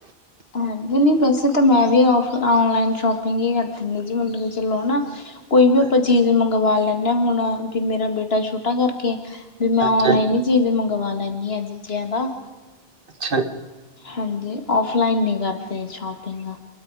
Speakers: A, on the left; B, on the right.
A: ਹਾਂਜੀ, ਨਹੀਂ ਵੈਸੇ ਤਾਂ ਮੈਂ ਵੀ ਔਫਲਾਈਨ ਔਨਲਾਈਨ ਸ਼ੋਪਿੰਗ ਹੀ ਕਰ ਦਿੰਦੀ ਜੀ, ਮੰਨ ਕੇ ਚੱਲੋ ਹੜਾਂ। ਕੋਈ ਵੀ ਆਪਾਂ
B: ਹਾਂਜੀ
A: ਚੀਜ਼ ਮੰਗਵਾ ਲੈਂਨੇ ਆ ਹੁਣ, ਵੀ ਮੇਰਾ ਬੇਟਾ ਛੋਟਾ ਕਰਕੇ ਵੀ ਮੈਂ
B: ਹਾਂਜੀ
A: ਔਨਲਾਈਨ ਈ ਚੀਜ਼ ਮੰਗਵਾ ਲੈਂਨੀ ਆ ਜੀ, ਜਾਯਾਦਾ
B: ਅੱਛਾ।
A: ਹਾਂਜੀ ਔਫਲਾਈਨ ਨੀ ਕਰਦੇ ਸ਼ੋਪਿੰਗ।